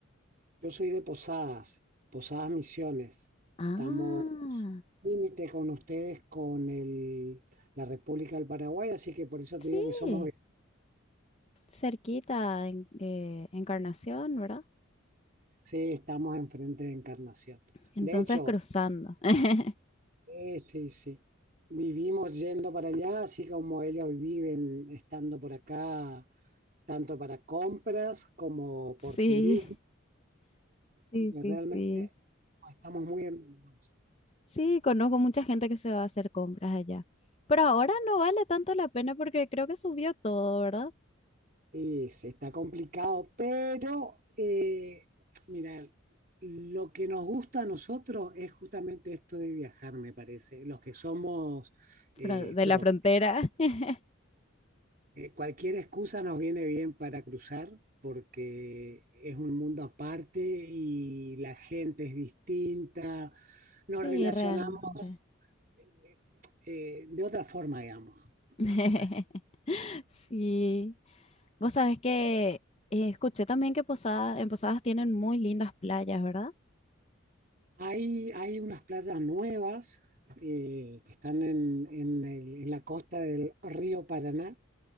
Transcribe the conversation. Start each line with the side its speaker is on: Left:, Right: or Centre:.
Right: Yo soy de Posadas, Posadas Misiones.
Left: Ah,
Right: Estamos límite con ustedes, con el, la República del Paraguay, así que por eso te
Left: sí,
Right: digo que somos, ve-
Left: cerquita, en, eh, Encarnación, ¿verdad?
Right: sí, estamos enfrente de Encarnación.
Left: Entonces
Right: De hecho,
Left: cruzando. <laughs>
Right: eh, sí, sí, vivimos yendo para allá, así como ellos viven estando por acá, tanto para compras como por
Left: Sí,
Right: turismo Así
Left: sí,
Right: que
Left: sí,
Right: realmente
Left: sí.
Right: no estamos muy hermanos.
Left: Sí, conozco mucha gente que se va a hacer compras allá. Pero ahora no vale tanto la pena porque creo que subió todo, ¿verdad?
Right: Y se está complicado, pero eh, mira, lo que nos gusta a nosotros es justamente esto de viajar, me parece. Los que somos eh,
Left: Fra- de
Right: fron-
Left: la frontera. <laughs>
Right: eh, cualquier excusa nos viene bien para cruzar porque es un mundo aparte y la gente es distinta, nos
Left: Sí,
Right: relacionamos
Left: realmente.
Right: eh, eh, de otra forma, digamos.
Left: <laughs>
Right: Así.
Left: Sí. Vos sabés que eh, escuché también que Posada, en Posadas tienen muy lindas playas, ¿verdad?
Right: Hay, hay unas playas nuevas eh, que están en, en el- en la costa del río Paraná,